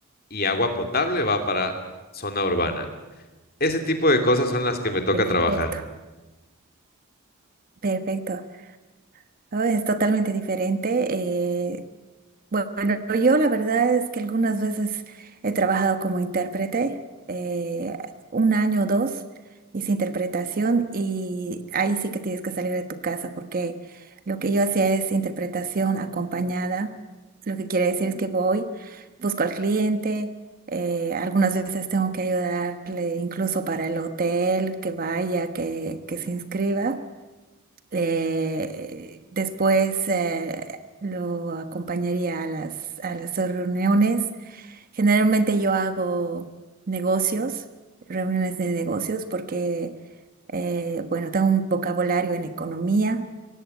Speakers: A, on the left (about 45°); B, on the right (about 40°).
A: y agua potable va para zona urbana. Ese tipo de cosas son las que me toca
B: Perfecto,
A: trabajar.
B: perfecto. Oh, es totalmente diferente. eh, Bueno, yo la verdad es que algunas veces he trabajado como intérprete, eh, un año o dos hice interpretación y ahí sí que tienes que salir de tu casa porque lo que yo hacía es interpretación acompañada. Lo que quiere decir es que voy, busco al cliente, eh, algunas veces tengo que ayudarle incluso para el hotel, que vaya, que, que se inscriba. Eh, después eh, lo acompañaría a las, a las reuniones. Generalmente yo hago negocios, reuniones de negocios, porque, eh, bueno, tengo un vocabulario en economía.